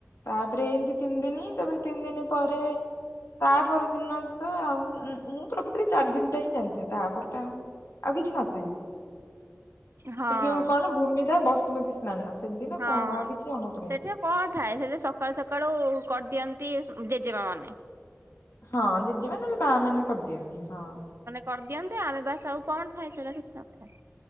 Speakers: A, on the left; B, on the right.
A: ତାପରେ ଏମତି ତିନି ଦିନି ତାପରେ ତିନି ଦିନି ପରେ ତା ପର ଦିନ ତ ଆଉ ମୁଁ ପ୍ରକୃତରେ ଚାରି ଦିନ ଟା ହିଁ ଜାଣିଥାଏ ତାପର ଟା ଆଉ କିଛି ନଥାଏ।
B: ହଁ
A: ଯୋଉ କଣ ଭୂମିଦା ବ ସୁମତି ନା ନା ସେଦିନ
B: ହଁ।
A: କଣ ଆଉ କିଛି ଜଣାପଡେନି।
B: ସେଠି କଣ ଥାଏ ସେଦିନ ସକାଳୁ ସକାଳୁ କରିଦିଅନ୍ତି ଜେଜେମା ମାନେ।
A: ହଁ ଜେଜେମା ନହେଲେ ମା ମାନେ କରିଦିଅନ୍ତି ହଁ।
B: କରିଦିଅନ୍ତୁ ଆମେ ବାସ ଆଉ କଣ ଥାଏ ସେଇଟା କିଛି ନଥାଏ।